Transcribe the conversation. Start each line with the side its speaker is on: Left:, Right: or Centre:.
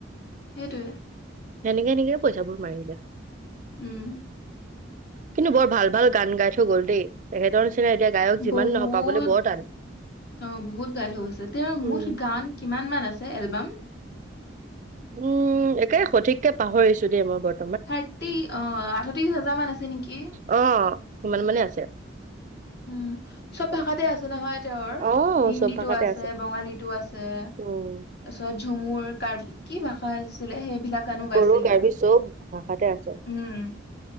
Left: সেইটোৱে
Right: সেনেকে এনেকে পইচাবোৰ মাৰিলে
Left: উম
Right: কিন্তু বৰ ভাল ভাল গান গাই থৈ গ'ল দেই তেখেতৰ নিচিনা এতিয়া গায়ক যিমান
Left: বহুত
Right: নহওক পাবলৈ বৰ টান।
Left: অ বহুত গাই থৈ গৈছে তেওঁৰ
Right: উম,
Left: মুঠ গান কিমান মান আছে এলবাম?
Right: উম একে সঠিককে পাহৰিছো দেই মই বৰ্তমান
Left: থাৰ্টি অ আঠত্ৰিশ হাজাৰ মান আছে নেকি?
Right: অ', সিমান মানে আছে ।
Left: উম চব ভাষাতে আছে নহয় তেওঁৰ
Right: অ',
Left: হিন্দীটো
Right: চব ভাষাতে
Left: আছে বঙালীটো আছে
Right: উম,
Left: তাৰপিছত ঝুমুৰ, কাৰ্বি কি ভাষা আছিলে সেইবিলাক? গানো গাইছিলে
Right: বড়ো, কাৰ্বি চব ভাষাতে আছে।
Left: উম